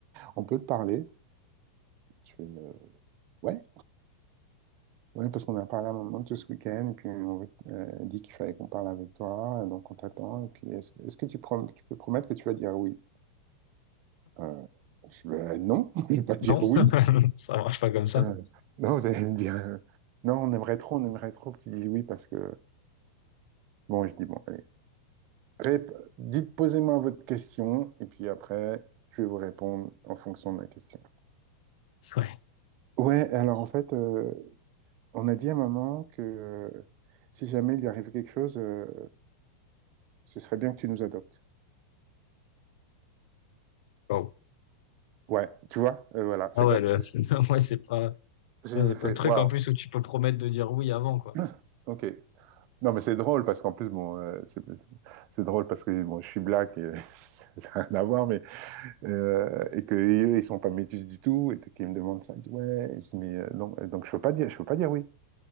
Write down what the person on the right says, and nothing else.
on peut te parler? Je fais, euh, ouais. oui parce qu'on a parlé à maman tout ce week-end, et puis on veut- euh, dit qu'il fallait qu'on parle avec toi, et donc on t'attend. Et puis, est-ce, est-ce que tu, prom- tu peux promettre que tu vas dire oui? Euh, je, ben, non, <laughs> je ne vais pas dire
oui.
Euh, non, vous allez me dire, euh, non, on aimerait trop, on aimerait trop que tu dises oui, parce que, bon, je dis, bon, allez. Rép- Dites, posez-moi votre question, et puis après, je vais vous répondre en fonction de ma question.
Ouais, alors en fait, euh, on a dit à maman que euh, si jamais il lui arrive quelque chose, euh, ce serait bien que tu nous adoptes.
Ouais, tu vois, euh, voilà,
c'est
comme...
J'ai
fait,
waouh,
<coughs> ok. Non, mais c'est drôle parce qu'en plus, bon, euh, c'est c'est drôle parce que bon, je suis black et <laughs> ça n'a rien à voir, mais euh, et que eux, ils sont pas métis du tout et qu'ils me demandent ça, ils disent, ouais, je dis, mais euh, donc, donc je peux pas dire, je peux pas dire oui.